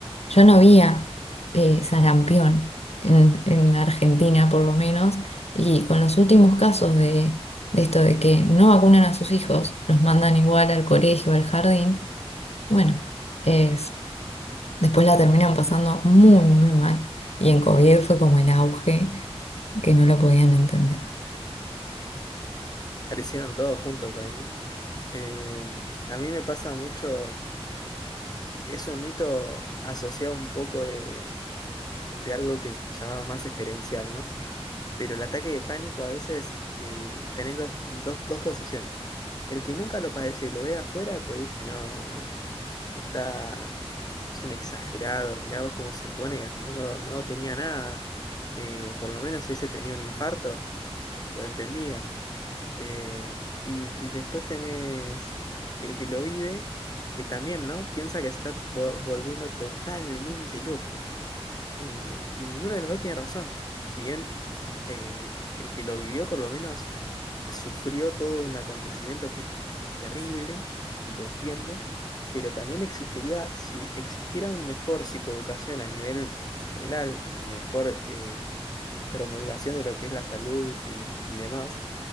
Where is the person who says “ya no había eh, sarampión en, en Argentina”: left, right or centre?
Left